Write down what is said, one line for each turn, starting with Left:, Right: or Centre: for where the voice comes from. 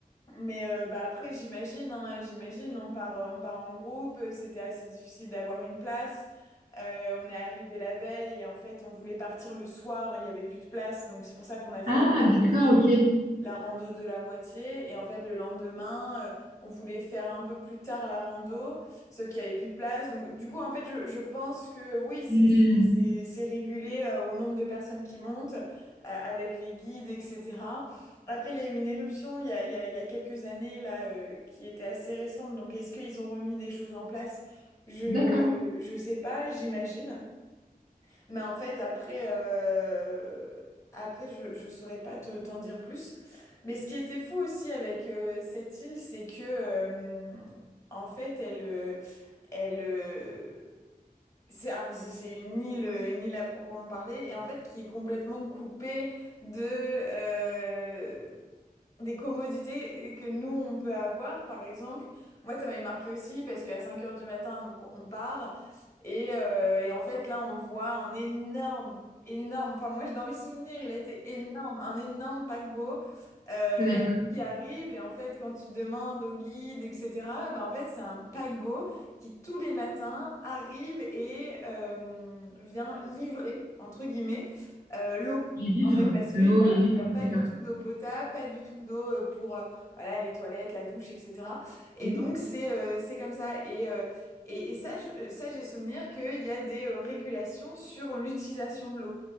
Left: mais euh, bah après, j'imagine, hein, j'imagine, on part, euh, on part en groupe, euh, c'était assez difficile d'avoir une place. Euh, on est arrivé la veille et en fait, on voulait partir le soir, il y avait plus de place, donc c'est pour ça qu'on a fait
Right: Ah,
Left: euh, la
Right: d'accord,
Left: rando du,
Right: ok.
Left: la rando de la moitié. Et en fait, le lendemain, euh, on voulait faire un peu plus tard la rando, sauf qu'il n'y avait plus de place. Donc du coup, en fait, je, je pense que oui, c'est,
Right: Hmm,
Left: c'est, c'est, c'est régulé, euh, au nombre de personnes qui montent, euh, avec les guides, etc. Après, il y a eu une éruption il y a, il y a, il y a quelques années là euh, qui était assez récente. Donc, est-ce qu'ils ont remis des choses en place? Je
Right: D'accord,
Left: je sais pas, j'imagine. Mais en fait, après euh, après, je je saurais pas te t'en dire plus. Mais ce qui était fou aussi avec euh, cette île, c'est que euh, en fait, elle euh, elle euh, c'est alors, c'est c'est une île une île à proprement parler et en fait qui est complètement coupée de euh, des commodités que nous, on peut avoir, par exemple. Moi, ça m'avait marqué aussi parce qu'à 5 heures du matin, donc on part. Et, euh, et en fait, là, on voit un énorme, énorme, enfin moi, dans mes souvenirs, il a été énorme, un énorme paquebot euh,
Right: d'accord.
Left: qui arrive. Et en fait, quand tu demandes au guide, etc., ben, en fait, c'est un paquebot qui, tous les matins, arrive et euh, vient livrer, entre guillemets, euh, l'eau.
Right: Les vivres,
Left: En fait, parce
Right: l'eau,
Left: qu'il n'y
Right: les
Left: a,
Right: vivres,
Left: y a pas
Right: d'accord.
Left: du tout d'eau potable, pas du tout d'eau euh, pour euh, voilà, les toilettes, la douche, etc. Et
Right: Mhm.
Left: donc, c'est euh, c'est comme ça. Et, euh, et, et ça, je- euh, ça j'ai souvenir qu'il y a des euh, régulations sur l'utilisation de l'eau